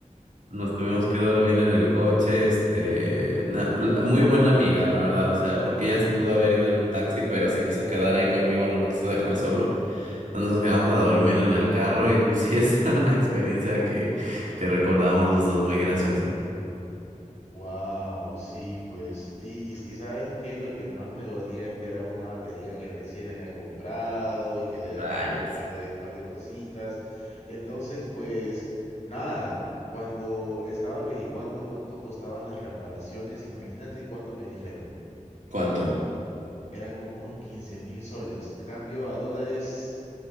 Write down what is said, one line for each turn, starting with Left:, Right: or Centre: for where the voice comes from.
Right: Nos tuvimos
Left: No me...
Right: que dormir en el coche. Este, na- bl- muy buena amiga, la verdad. O sea, porque ella se pudo haber ido en un taxi, pero se quiso quedar ahí conmigo, no me quiso dejar solo. Entonces nos quedamos a dormir en el carro y pues <laughs> sí, es una experiencia que, que recordamos los dos muy graciosa.
Left: Wow, sí, pues. Y, y, y sabes qué, lo que más me dolía es que era una batería que recién había comprado y que le había
Right: Rayos.
Left: cambiado un par de, par de cositas. Entonces, pues, nada, cuando estaba averiguando cuánto costaban las reparaciones, imagínate cuánto me dijeron.
Right: ¿Cuánto?
Left: Eran como unos quince mil soles. A cambio a dólares,